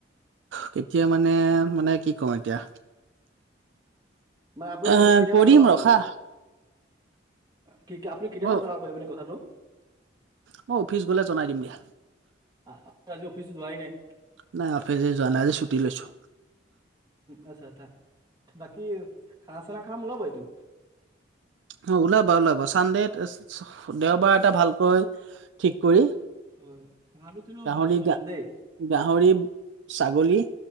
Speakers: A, on the right (about 75°); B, on the right (about 20°).
A: কেতিয়া মানে মানে কি ক'ম এতিয়া
B: মানে আপুনি
A: এ
B: কথাটো কেতিয়া
A: কৰিম
B: মানে জনাব
A: ৰখা
B: পাৰিব, কি কি আপুনি কেতিয়া
A: মই
B: মানে জনাব পাৰিব এনে কথাটো?
A: মই অফিচ গ'লে জনাই দিম দিয়া।
B: আ, আজি অফিচো যোৱাই নাই।
A: নাই অফিচে যোৱা নাই, আজি ছুটি লৈছোঁ।
B: আচ্ছা আচ্ছা, বাকী খানা চানা খাম ওলাবা এদিন।
A: অ ওলাবা ওলাবা চানডেত, দেওবাৰ এটা ভালকৈ ঠিক কৰি
B: হয় হয় খানাটো কিন্তু
A: গাহৰি
B: ভালটো খাম দেই।
A: গাহৰি ছাগলী